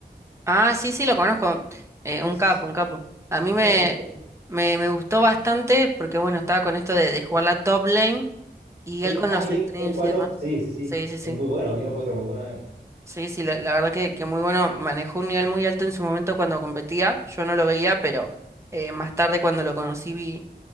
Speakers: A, on the right; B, on the right.
A: Ah, sí, sí, lo conozco. Eh,
B: Sí,
A: un
B: sí,
A: capo,
B: sí.
A: un capo. A mí
B: Un
A: me,
B: capo, un capo.
A: me, me gustó bastante porque, bueno, estaba con esto de, de jugar la top lane y
B: Sí,
A: él con
B: ah,
A: los
B: y
A: streams
B: él, él juega
A: y demás.
B: top. Sí, sí, sí.
A: Sí, sí, sí.
B: Es muy bueno, yo lo encuentro muy bueno a él.
A: Sí, sí, la, la verdad que, que muy bueno. Manejó un nivel muy alto en su momento cuando competía. Yo no lo veía, pero eh, más tarde cuando lo conocí vi,